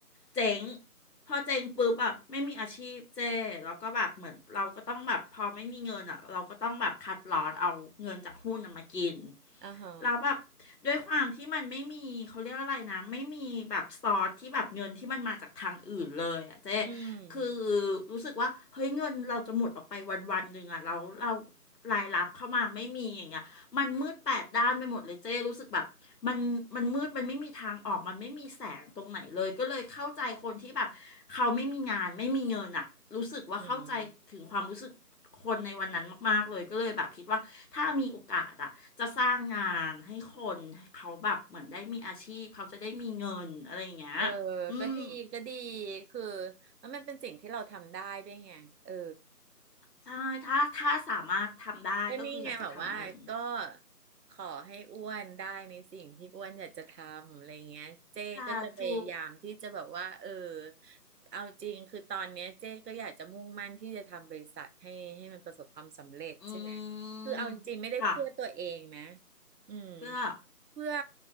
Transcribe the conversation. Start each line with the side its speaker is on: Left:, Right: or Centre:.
Left: เจ๊งพอเจ๊งปุ๊บแบบไม่มีอาชีพเจ้แล้วก็แบบเหมือนเราก็ต้องแบบพอไม่มีเงินอ่ะเราก็ต้องแบบคัดลอสเอาเงินจากหุ้นน่ะมากิน
Right: อ่าฮะ
Left: แล้วแบบด้วยความที่มันไม่มีเขาเรียกอะไรนะไม่มีแบบซอสที่แบบเงินที่มันมาจากทางอื่นเลยอ่ะเจ๊
Right: อืม
Left: คือรู้สึกว่าเฮ้ยเงินเราจะหมดออกไปวันวันหนึ่งอ่ะแล้วเรารายรับเข้ามาไม่มีอย่างเงี้ย มันมืดแปดด้านไปหมดเลยเจ้รู้สึกแบบมันมันมืดมันไม่มีทางออกมันไม่มีแสงตรงไหนเลยก็เลยเข้าใจคนที่แบบเขาไม่มีงานไม่มีเงินอะรู้สึกว่าเข้าใจถึงความรู้สึกคนในวันนั้นมากๆเลยก็เลยแบบคิดว่าถ้ามีโอกาสอะจะสร้างงานให้คนให้เขาแบบเหมือนได้มีอาชีพเขาจะได้มีเงินอะไรอย่างเงี้ย
Right: อืม เออ
Left: อืม
Right: ก็ดี ก็ดี คือแล้วมันเป็นสิ่งที่เราทำได้ด้วยไงเออ
Left: ใช่ถ้าถ้าสามารถทำได้ก็คืออยากจะทำอะไรอย่างนี้
Right: ก็นี่ไงแบบว่าก็ขอให้อ้วนได้ในสิ่งที่อ้วนอยากจะทำอะไรเงี้ยเจ๊ก็จะพยายามที่จะแบบว่าเออ
Left: สาธุ
Right: เอาจริงคือตอนเนี้ยเจ๊ก็อยากจะมุ่งมั่นที่จะทำบริษัทให้ให้มันประสบความสำเร็จใช่ไหม
Left: อืม
Right: คือเอาจริงไม่ได้เพื่อตัวเองนะ
Left: ค่ะ
Right: อืม
Left: เพื่อ
Right: เพื่อ